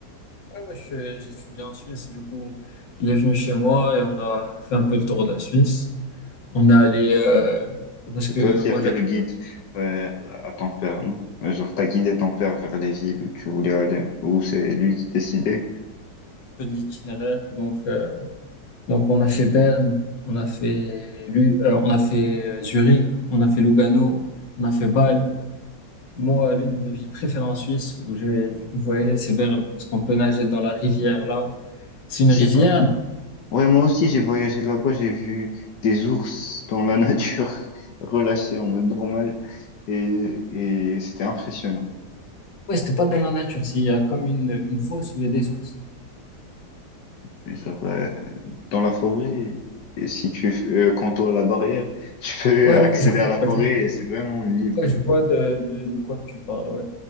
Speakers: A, on the left; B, on the left.
A: Ouais, ouais, je- j'étudiais en Suisse, du coup, il est venu chez moi et on a fait un peu le tour de la Suisse. On est allé, euh, parce
B: C'est
A: que
B: toi qui
A: moi
B: as fait
A: j'avais
B: le
A: un
B: guide euh, à ton père, non? Euh, Genre, t'as guidé ton père vers les villes où tu voulais aller, ou c'est lui qui décidait?
A: peu de l'itinéraire, donc, euh, donc on a fait Berne, on a fait, Lu- euh, on a fait euh, Zurich, on a fait Lugano, on a fait Bâle. Moi, l'une de mes villes préférées en Suisse où j'ai j'ai pu voyager, c'est Berne, parce qu'on peut nager dans la rivière là. C'est une
B: Je
A: rivière,
B: sais pas. Ouais, moi aussi, j'ai voyagé là-bas, j'ai vu des ours dans la nature, <laughs> relâchés en mode normal, et, et c'était impressionnant.
A: ouais, c'était pas dans la nature, c'est il y a comme une, une fosse où il y a des ours.
B: Genre, euh, dans la forêt. Et si tu euh, contournes la barrière, <laughs> tu peux
A: Ouais,
B: accéder
A: ouais, je,
B: à la forêt
A: je-
B: et c'est vraiment libre.
A: ouais, je vois de, de, de quoi tu parles, ouais.